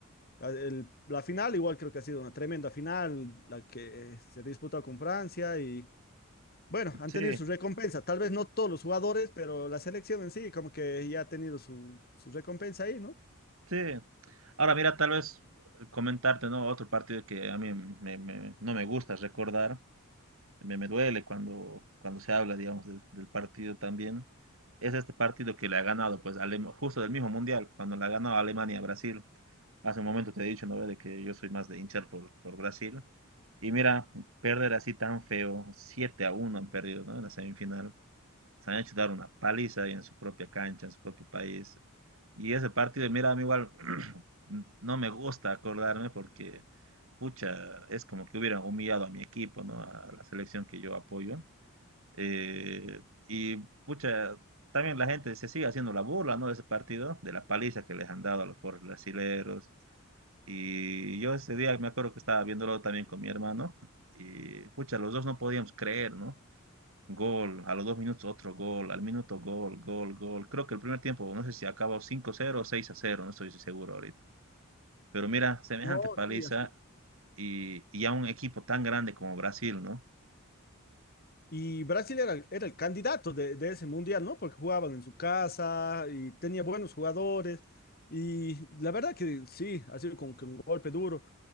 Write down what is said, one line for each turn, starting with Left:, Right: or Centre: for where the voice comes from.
Left: El- la final igual creo que ha sido una tremenda final, la que eh, se ha disputado con Francia y bueno, han
Right: Sí,
Left: tenido su recompensa. Tal vez no todos los jugadores, pero la selección en sí como que ya ha tenido su, su recompensa ahí, ¿no?
Right: sí. Ahora, mira, tal vez eh, comentarte, ¿no? Otro partido que a mí me- me- no me gusta recordar, me, me duele cuando, cuando se habla, digamos, del, del partido también, es este partido que le ha ganado, pues, Alema- justo del mismo Mundial, cuando le ha ganado a Alemania a Brasil. Hace un momento te he dicho, ¿no? ve, De que yo soy más de hinchar por, por Brasil. Y mira, perder así tan feo, 7 a uno han perdido, ¿no? En la semifinal. Se han hecho dar una paliza ahí en su propia cancha, en su propio país. Y ese partido, mira, a mí igual <clears throat> no me gusta acordarme porque, pucha, es como que hubieran humillado a mi equipo, ¿no? A la selección que yo apoyo. Eh, y, pucha, también la gente se sigue haciendo la burla, ¿no? De ese partido, de la paliza que les han dado a los pobres brasileros y yo ese día me acuerdo que estaba viéndolo también con mi hermano y pucha, los dos no podíamos creer, ¿no? Gol, a los dos minutos otro gol, al minuto gol, gol, gol. Creo que el primer tiempo, no sé si acabó cinco cero o seis a cero no estoy seguro ahorita. Pero mira, semejante
Left: No,
Right: paliza
Left: sí, así.
Right: y, y a un equipo tan grande como Brasil, ¿no?
Left: Y Brasil era, el- era el candidato de, de ese mundial, ¿no? Porque jugaban en su casa y tenía buenos jugadores. Y la verdad que sí, ha sido como que un golpe duro